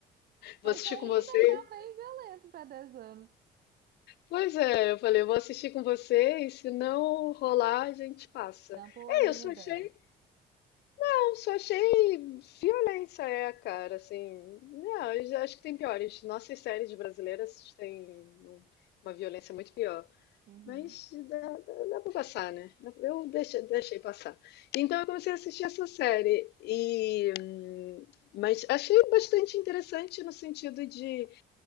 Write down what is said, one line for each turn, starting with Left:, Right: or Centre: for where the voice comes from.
Right: Mas
Left: Vou assistir
Right: ainda
Left: com você.
Right: tá bem violento pra 10 anos.
Left: Pois é, eu falei, eu vou assistir com você e se não rolar, a gente passa.
Right: Tampa o olhinho
Left: É, eu só
Right: dela.
Left: achei, não, só achei violência, é, cara, assim. Não, eu já acho que tem piores. Nossas séries brasileiras têm um- uma violência muito pior.
Right: uhum,
Left: Mas dá, dá, dá pra passar, né? Dá- Eu deixei, deixei passar. Então eu comecei a assistir essa série e, hum, mas achei bastante interessante no sentido de